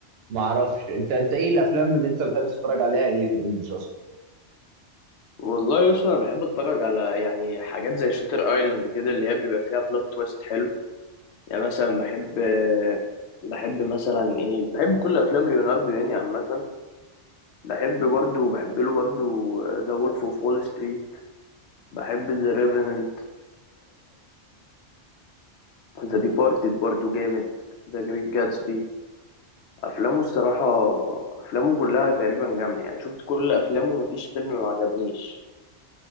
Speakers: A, on the right (about 65°); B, on the left (about 75°).
A: ما اعرفش انت انت ايه الافلام اللي انت بتحب تتفرج عليها ايه في الانجليش اصلا
B: والله يا اسطى انا بحب اتفرج على يعني حاجات زي شاتر ايلاند كده اللي هي بيبقى فيها بلوت تويست حلو يعني مثلا بحب بحب مثلا ايه بحب كل افلام ليوناردو يعني عامه بحب برضو بحب له برضو ذا وولف اوف وول ستريت بحب ذا ريفننت ذا ديبارتد برضو جامد ذا جريت جاتسبي افلامه الصراحه افلامه كلها تقريبا جامده يعني شفت كل افلامه مفيش فيلم ما عجبنيش